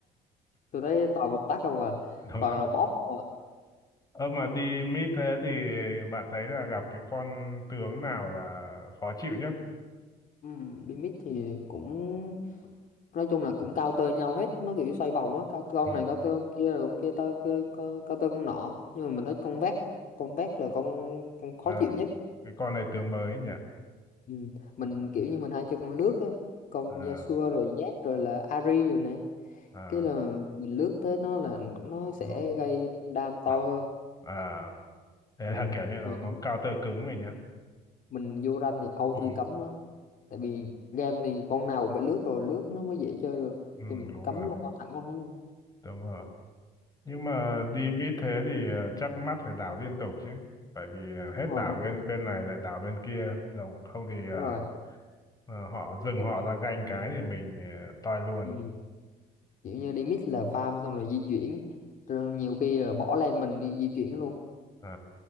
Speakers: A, on the left (about 50°); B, on the left (about 20°).
A: tôi thấy toàn một tác không à
B: <laughs> đúng
A: toàn là bóp không à.
B: Ơ mà đi mít thế thì bạn thấy là gặp cái con tướng nào là khó chịu nhất?
A: Ừ, limit thì cũng nói chung là cũng cao tơ nhau hết nó kiểu xoay vòng á cao con
B: Ừ.
A: này cao tơ con kia rồi con kia tơ cơ cơ- cao tơ con nọ nhưng mà mình thấy con vét con vét là con con khó
B: Ờ,
A: chịu nhất
B: cái con này tướng mới nhỉ?
A: ừ. mình kiểu như mình hay chơi con lướt á con
B: Ờ,
A: Yasuo rồi Zed rồi là Ahri rồi nè
B: à,
A: cái là mình lướt tới nó là nó sẽ
B: nó,
A: gây thêm đam to
B: à,
A: hơn
B: à, thế là
A: ừ.
B: kiểu như nó
A: Ừ.
B: nó counter cứng mình nhá.
A: mình vô rank thì auto
B: Ừ.
A: cấm đó tại vì game thì con nào cũng phải lướt rồi lướt nó mới dễ chơi được
B: Ừ,
A: thì mình
B: đúng
A: cấm
B: rồi,
A: luôn con thẳng con nó luôn
B: đúng rồi. Nhưng mà đi mid thế thì ờ, chắc mắt phải đảo liên tục chứ. Bởi vì ờ, hết
A: Đúng rồi
B: đảo
A: đúng
B: bên
A: rồi
B: bên này lại đảo bên kia. Đồng, không thì ờ,
A: đúng rồi
B: ờ, họ dừng họ ra ganh cái thì mình ờ, toi luôn.
A: ừ. kiểu như đi mix là farm xong rồi di chuyển rồi nhiều khi là bỏ lên mình đi di chuyển luôn
B: Ờ.